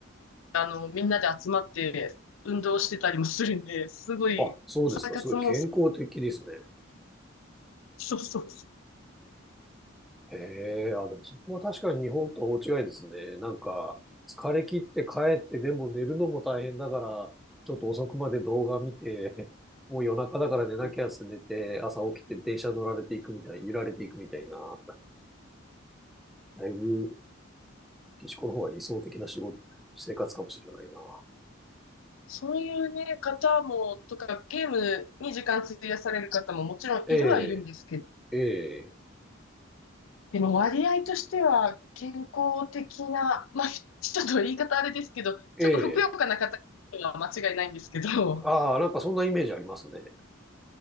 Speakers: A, on the left; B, in the centre.
A: あの、みんなで集まって運動してたりもするんで、すごい、
B: あ、そうですか。
A: 朝活も、
B: すごい健康的ですね。
A: そうそうそ
B: へえ、あ、でもそこは確かに日本とは大違いですね。なんか、疲れ切って帰ってでも寝るのも大変だから、ちょっと遅くまで動画見て、<laughs> もう夜中だから寝なきゃって寝て、
A: う。
B: 朝起きて電車乗られていくみたい、揺られていくみたいな、だいぶ、岸子の方が理想的な仕事、生活かもしれないな。
A: そういうね、方も、とか、ゲームに時間費やされる方ももちろんいるはいるんですけど、
B: ええ、ええ、
A: でも割合としては健康的な、<laughs> まあ、ちょっと言い方あれですけど、
B: ええ。
A: ちょっとふくよかな方は間違いないんですけど、
B: ああ、
A: <laughs>
B: なんかそんなイメージありますね。